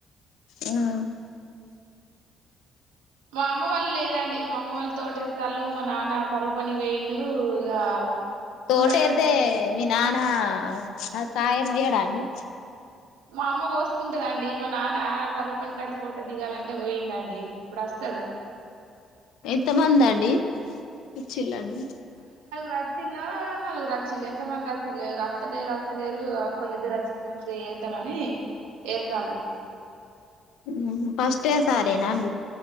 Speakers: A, on the left; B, on the right.
A: ఉమ్
B: మా అమ్మ వాళ్ళు లేరన్ డి మా అమ్మ వాళ్ళ తోట ఎరుతన్లు మా నాన్న కరువు పనికి పోయిండు <unintelligible>
A: తోట
B: అండలేదు
A: ఇరతే మీ నా నా ఆ కాయ మొయ్యడ అండి
B: మా అమ్మ పోసుకుంటదండి మా నాన్న కరువుపని కాడా ఫోటో దిగాలన్ టె పోయిండు అండి ఇప్పుడు అస్తడు
A: ఎంత మంది అండి ఇచ్చిళ్ళని
B: రచ్చిలో నాలుగురు అచ్చిన్ ఎంత మంది అచ్చిన్లో ఇగ అత్తలేరు తలేరు ఒకళ్ళు ఇద్దరు వచ్చిన మంచిదే చేద్దామని ఏరుతాళ్ళు
A: ఊహు ఫస్ట్ డే సారేనా అండి